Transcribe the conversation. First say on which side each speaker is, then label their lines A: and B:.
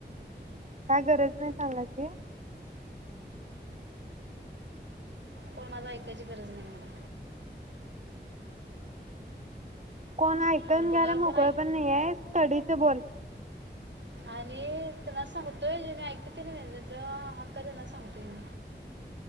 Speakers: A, on the right; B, on the right.
A: काय गरज नाही सांगायची.
B: कोणाच ऐकायची गरज नाही मला.
A: कोण ऐकून
B: आणि कोणाला
A: घ्यायला मोकळ
B: ऐक
A: पण नाही स्टडीचं बोल.
B: आणि त्यांना सांगतोय जेनी ऐकत्यात तेनी नय, ज्याच हक्क हाय तेना सांगतेय मी.